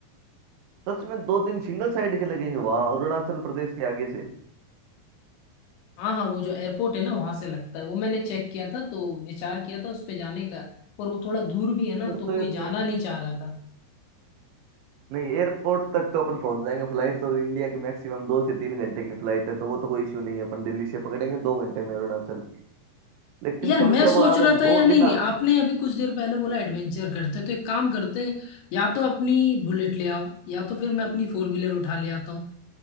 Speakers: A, on the right; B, on the left.
A: सच में दो दिन सिंगल साइड के लगेंगे वहां अरुणाचल प्रदेश के आगे से
B: हाँ हाँ वो जो एयरपोर्ट है ना वहां से लगता है वो मैंने चेक किया था तो विचार किया था उस पे जाने का पर वो थोड़ा दूर भी है ना
A: फिर
B: तो
A: तो
B: कोई
A: ये
B: जाना
A: थोड़ा
B: नहीं चाह रहा था
A: नहीं एयरपोर्ट तक तो अपन पहुंच जाएंगे फ्लाइट तो इंडिया की मैक्सिमम दो से तीन घंटे की फ्लाइट है तो वो तो कोई इश्यू नहीं है अपन दिल्ली से पकड़ेंगे दो घंटे में अरुणाचल लेकिन
B: यार
A: समस्या
B: मैं सोच
A: वो अगर
B: रहा था
A: दो
B: या नहीं
A: दिन
B: नहीं
A: आगे
B: आपने अभी कुछ देर पहले बोला एडवेंचर करते हैं, तो एक काम करते हैं या तो अपनी बुलेट ले आओ या तो फिर मैं अपनी फोर व्हीलर उठा ले आता हूँ